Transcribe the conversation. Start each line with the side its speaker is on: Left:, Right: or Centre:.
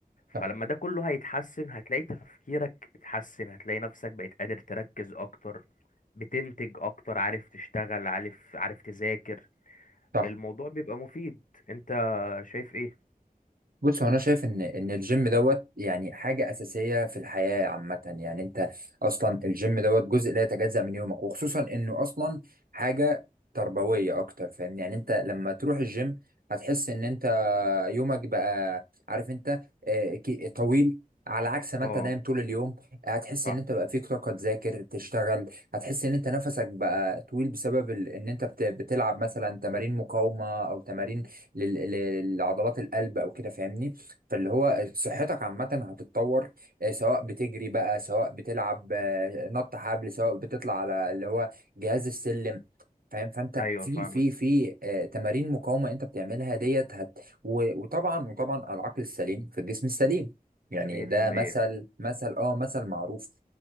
Right: صح
Left: فلما ده كله هيتحسن هتلاقي تفكيرك اتحسن هتلاقي نفسك بقيت قادر تركز اكتر بتنتج اكتر عارف تشتغل عارف عارف تذاكر
Right: صح
Left: الموضوع بيبقى مفيد انت شايف ايه
Right: بص هو انا شايف ان ان الجيم دوت يعني حاجه اساسيه في الحياه عامه يعني انت اصلا الجيم دوت جزء لا يتجزأ من يومك وخصوصا انه اصلا حاجه تربويه اكتر فاهمني يعني انت لما تروح الجيم هتحس ان انت يومك بقى عارف انت آه، كي- طويل على عكس ما
Left: اه
Right: انت نايم طول اليوم هتحس
Left: صح
Right: ان انت بقى فيك طاقة تذاكر تشتغل هتحس ان انت نفسك بقى طويل بسبب ال- ان انت بت- بتلعب مثلا تمارين مقاومة او تمارين لل- لل- لعضلات القلب او كده فاهمني فاللي هو صحتك عامة هتتطور آه، سواء بتجري بقى سواء بتلعب آه، نط حبل سواء بتطلع على اللي هو جهاز السلم فاهم فانت
Left: ايوه
Right: في
Left: فاهمك
Right: في في آه، تمارين مقاومه انت بتعملها ديت و- وطبعا وطبعا العقل السليم في الجسم السليم يعني
Left: 100%
Right: ده مثل مثل اه مثل معروف